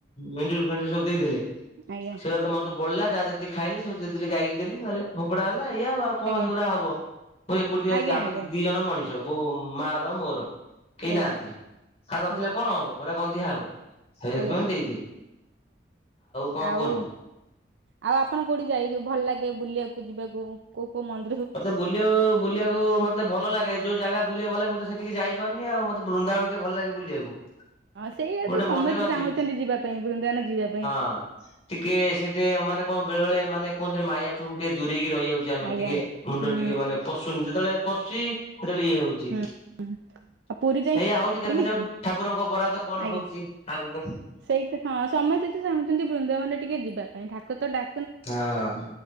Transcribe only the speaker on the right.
ଆଜ୍ଞା।
ଆଜ୍ଞା
ଆଜ୍ଞା
ଆଜ୍ଞା
ଆଜ୍ଞା
ଆଜ୍ଞା
ଆଜ୍ଞା
ଆଉ।
ଆଉ ଆପଣ କୋଉଠି ଯାଇ ଯୋଉ ଭଲ ଲାଗେ ବୁଲିବାକୁ ଯିବାକୁ କୋଉ କୋଉ ମନ୍
ହଁ ସେଇଆ
ତ ସମସ୍ତେ
ଚାହୁଁଛନ୍ତି ଯିବା ପାଇଁ ବୃନ୍ଦାବନ ଯିବା ପାଇଁ।
ଆଜ୍ଞା।
ହୁଁ
ହୁଁ ଆଉ ପୁରୀ ଯାଇ
ବୁଲିକି
ଆଜ୍ଞା।
ସେଇଟା ହଁ ସମସ୍ତେ ତ ଚାହୁଁଛନ୍ତି ବୃନ୍ଦାବନରେ ଟିକେ ଯିବା ପାଇଁ ଠାକୁର ତ ଡା